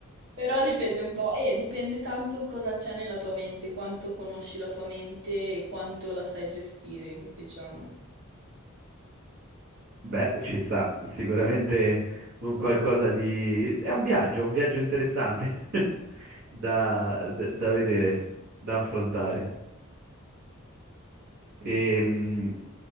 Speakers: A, on the right; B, on the right.
A: però dipende un po', e dipende tanto cosa c'è nella tua mente, quanto conosci la tua mente e quanto la sai gestire, diciamo.
B: Beh, ci sta sicuramente un qualcosa di... È un viaggio, un viaggio interessante <laughs> da, da- da vedere, da affrontare. Ehm,